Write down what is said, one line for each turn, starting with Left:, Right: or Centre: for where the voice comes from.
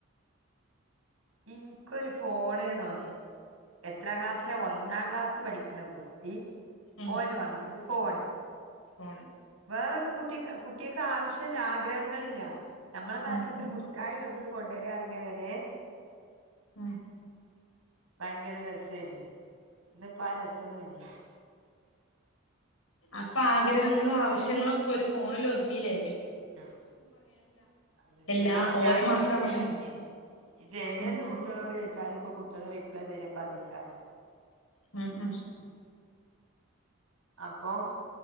Right: ഇൻ ക്കൊരു ഫോണ്ന്ന് ഓന്. എത്രാം ക്ലാസ്സില ഒന്നാം ക്ലാസ്സി ക്ക് പഠിക്ക്ന്ന കുട്ടി
Left: ഉം
Right: ഓന് വാണ്ട്യത്‌ ഫോണ്
Left: ഫോണ്
Right: വേറൊന്നും കുട്ടിക് കുട്ട്യേക്ക് ആവശ്യല്ല ആഗ്രഹങ്ങളില്ല. നമ്മളെ കാലത്തൊക്കെ
Left: ഉം ഉം
Right: ഒരു മുട്ടായി ഗൾഫ്ന്ന് കൊണ്ടര്റി ണെ വരെ
Left: മ്
Right: ഭയങ്കര രസേര്ന്നു. ഇന്ന്പ്പ ആ രസൊന്നുല്ല
Left: അപ്പ ആഗ്രഹങ്ങളും ആവശ്യങ്ങളൊക്കെ ഒരു ഫോണിൽ ഒതുങ്ങീലെ
Right: ആ അതന്നെ
Left: എല്ലാ
Right: അപ്പ
Left: ഓലെ
Right: ഞാൻ
Left: മാത്രം
Right: ഓനോട്
Left: പറയാം
Right: പർഞ്ഞ് ഇജ്ജ്
Left: ഉം
Right: ഏത് കുട്ടിയളോട് ചോയിച്ചാലും ഇപ്പ കുട്ടിള്റിയിം എപ്പളാ തെര് ഇപ്പതെക്കാരം
Left: ഉം ഉം
Right: അപ്പോം